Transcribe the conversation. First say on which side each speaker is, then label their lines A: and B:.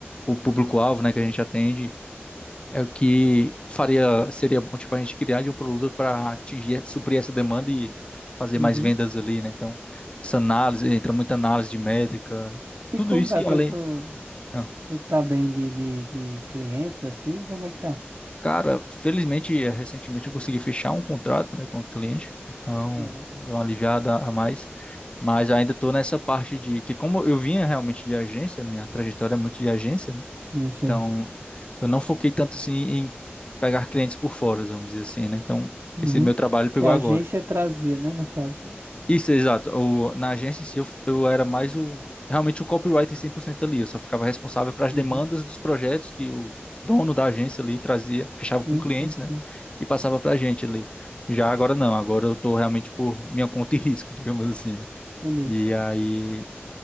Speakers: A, on the left; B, on the right.
A: o público-alvo, né, que a gente atende, é o que faria, seria bom, tipo, a gente criar de um produto para atingir, suprir essa demanda e fazer
B: Uhum.
A: mais vendas ali, né? Então, essa análise, entra muita análise de métrica,
B: E
A: tudo
B: como
A: isso
B: tá?
A: e
B: Tu,
A: além.
B: tu,
A: Ah,
B: tu tá bem de, de, de clientes, assim? Como é que tá?
A: Cara, felizmente, eh, recentemente eu consegui fechar um contrato, né, com o cliente, então
B: Uhum.
A: deu uma aliviada a mais, mas ainda estou nessa parte de que, como eu vinha realmente de agência, minha trajetória é muito de agência, né?
B: Sim, sim.
A: Então, eu não foquei tanto assim em pegar clientes por fora, vamos dizer assim, né? Então,
B: Uhum.
A: esse meu trabalho pegou
B: Que a
A: agora.
B: agência trazia, né? No caso, né?
A: Isso, exato. O, na agência em si, eu, eu era mais o, realmente o copywriter 100% ali. Eu só ficava responsável para as
B: Uhum.
A: demandas dos projetos que o dono da agência ali trazia, fechava
B: Sim,
A: com clientes,
B: sim, sim.
A: né? E passava para a gente ali. Já agora não, agora eu tô realmente por minha conta e risco, <laughs> digamos assim, né?
B: Entendi.
A: E aí